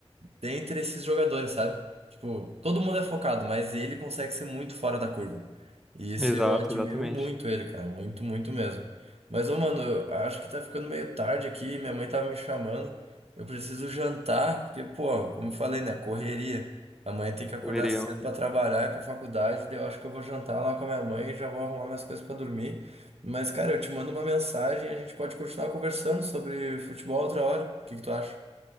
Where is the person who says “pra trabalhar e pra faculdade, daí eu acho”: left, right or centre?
Right